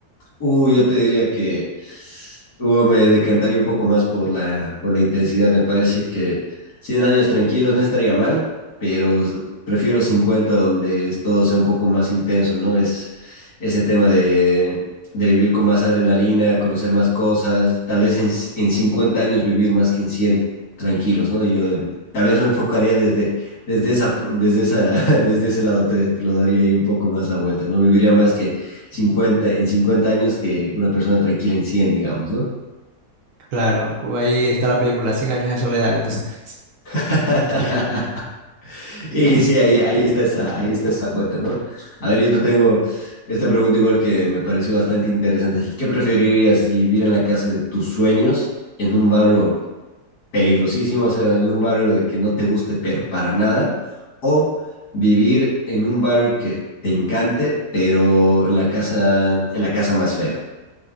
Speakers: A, on the left; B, on the right.
A: Uh, yo te diría que uh, me decantaría un poco más por la, por la intensidad. Me parece que 100 años tranquilos no estaría mal, pero s- prefiero 50 donde es- todo sea un poco más intenso, ¿no? Es ese tema de, de vivir con más adrenalina, conocer más cosas, tal vez en, c- en 50 años vivir más que en 100 tranquilos, ¿no? Yo eh, tal vez lo enfocaría desde, desde esa, pu- desde esa, <laughs> desde ese lado, te, te lo daría ahí un poco más la vuelta, ¿no? Viviría más que 50 en 50 años que una persona tranquila en cien digamos, ¿no?
B: Claro, ahí está la película, 100 años de soledad, entonces. <laughs>
A: <laughs> y sí, ahí, ahí, está esa, ahí está esa vuelta, ¿no? A ver, yo te tengo esta pregunta igual que me pareció bastante interesante. Así, ¿Qué preferirías si vivir en la casa de tus sueños en un barrio peligrosísimo, o sea, en un barrio de que no te guste, pero para nada, o vivir en un barrio que te encante, pero en la casa, en la casa más fea?